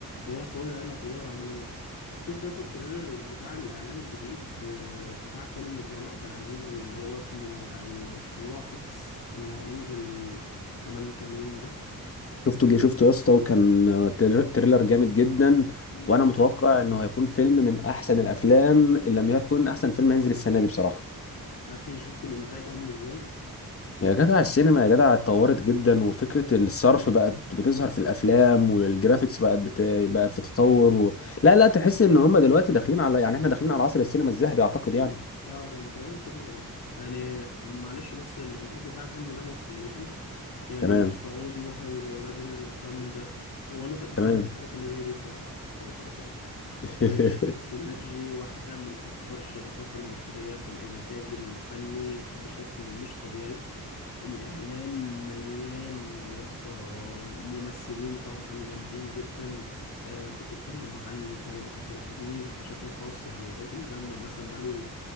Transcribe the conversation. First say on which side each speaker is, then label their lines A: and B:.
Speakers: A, on the left; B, on the left.
A: يا اخويا ايه الاخبار عامل ايه شفت اصلا التريلر بتاع الاعلان الجديد آه، بتاع فيلم كريم عبد العزيز اللي هو اسمه المشروع اكس اللي هينزل كمان كام يوم ده
B: شفته جه شفته يا اسطى وكان تر- تريلر جامد جدا
A: مم.
B: وانا متوقع انه هيكون فيلم من احسن الافلام ان لم يكن احسن فيلم هينزل السنه دي بصراحه
A: يا اخي شفت الانتاج عامل ازاي
B: يا جدع السينما يا جدع اتطورت جدا وفكره الصرف بقت بتظهر في الافلام والجرافيكس بقت بت... بقت في تطور و... لا لا تحس ان هم دلوقتي داخلين على يعني احنا داخلين على عصر السينما الذهبي اعتقد يعني
A: اه انا بتهيالي كده برضه يعني معلش بس الانتاج بتاع الفيلم ده مصري ماشي يعني
B: تمام
A: مش سعودي مثلا زي ولاد رزق والكلام من ده وانا بتفائل
B: تمام
A: بالحاجات اللي زي دي بصراحة <laughs>
B: <laughs>
A: يعني شركة سينرجي واحدة من أكبر الشركات المصرية في الإنتاج الفني بشكل مش طبيعي الإعلان مليان يا اسطى ممثلين طبعا جامدين جدا آه، بتتكلم عن كريم عبد العزيز بشكل خاص يعني الراجل ده مثلا بقاله